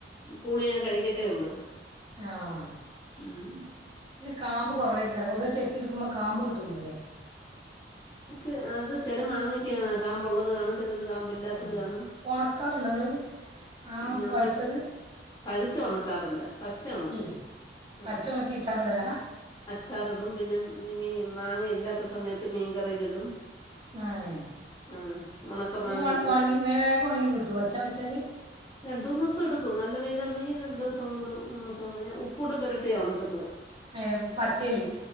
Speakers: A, on the left (about 20°); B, on the right (about 25°).
A: പൂളീങ്ങ് കഴിക്കത്തേ ഒള്ള്.
B: ആഹ്.
A: ഉം.
B: പിന്നെ കാമ്പ് കൊറവേക്കാരം പൊതുവെ ചെത്തി ടുക്കുമ്പോ കാമ്പ് കിട്ടൂല്ലല്ലേ?
A: ഒക്കെ അത് ചെല മാങ്ങിക്കങ്ങന്നെ കാമ്പ് ഒള്ളത് കാണും ചിലത് കാമ്പില്ലാത്തത്
B: ഉം
A: കാണും
B: ഓണക്കാറ്ണ്ടാേ ങ്ങള് മാങ്ങ
A: ഞാൻ
B: പഴുത്തത്.
A: പ- പഴുത്ത ഒണക്കാറില്ല പച്ച ഒണക്കും
B: ഇല്ലേ
A: ആഹ്.
B: പച്ച ഉണക്കി ചാറിടല
A: അച്ചാറിടും പിന്നെ മീ മാങ്ങയില്ലാത്ത സമയത്ത് മീൻകറിയിലിടും.
B: ഏഹ്
A: ആഹ് ഉണക്ക മാങ്ങയിട്ട്
B: മേ ഒണ ഒണ്ങ്ങി വേഗം ഒണങ്ങി കിട്ടോ അച്ചാ വെച്ചാല്
A: രണ്ടൂന്ന് ദിവസം എടുക്കും. നല്ല വെയിലുണ്ടെങ്കിൽ രണ്ടൂസം കൊണ്ടും മൂന്നുസം കൊണ്ട് ഞാൻ ഉപ്പൂടെ പെരട്ടിയാ ഒണക്കുന്നത്.
B: ഏഹ് പച്ചേല്